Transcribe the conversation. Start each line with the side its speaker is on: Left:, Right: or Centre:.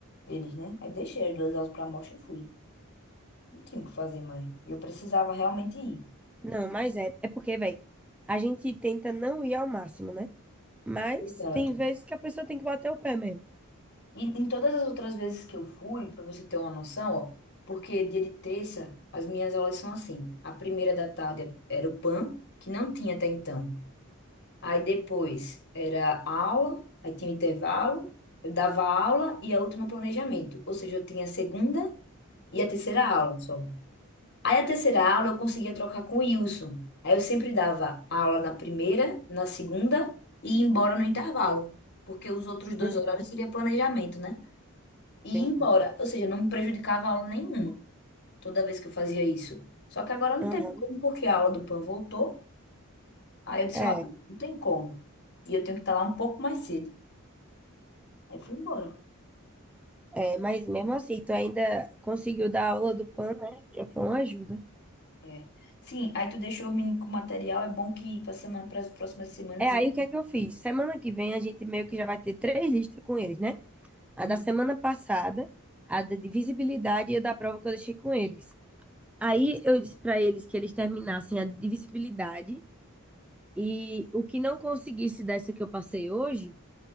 Left: Eles, né? Aí deixei as duas aulas para amostra e fui. Não tinha o que fazer mais. E eu precisava realmente ir.
Centre: Não, mas é. É porque, velho, a gente tenta não ir ao máximo, né? Mas
Left: Exato.
Centre: tem vezes que a pessoa tem que bater o pé mesmo.
Left: E em todas as outras vezes que eu fui, para você ter uma noção, ó, porque dia de terça as minhas aulas são assim. A primeira da tarde era o PAN, que não tinha até então. Aí depois era aula, aí tinha um intervalo, eu dava aula e a última planejamento. Ou seja, eu tinha a segunda e a terceira aula só. Aí a terceira aula eu conseguia trocar com o Wilson. Aí eu sempre dava aula na primeira, na segunda e ia embora no intervalo. Porque os outros dois
Centre: Uhum,
Left: horários seria planejamento, né? E
Centre: entendi.
Left: ia embora. Ou seja, não me prejudicava a aula nenhuma toda vez que eu fazia isso. Só que agora não
Centre: Aham.
Left: teve como, porque a aula do PAN voltou. Aí eu disse,
Centre: É,
Left: ó, não tem como. E eu tenho que estar lá um pouco mais cedo. Aí fui embora.
Centre: é, mas mesmo assim, tu ainda conseguiu dar aula do PAN, né? Já foi uma ajuda.
Left: É. Sim, aí tu deixou o menino com o material. É bom que para semana, para as próximas semanas.
Centre: É aí
Left: ele-
Centre: o que é que eu fiz? Semana que vem a gente meio que já vai ter três listas com eles, né? a
Left: Uhum.
Centre: da semana passada, a da de visibilidade e a da prova que eu deixei com eles. Aí eu disse para eles que eles terminassem a de visibilidade e o que não conseguisse dessa que eu passei hoje,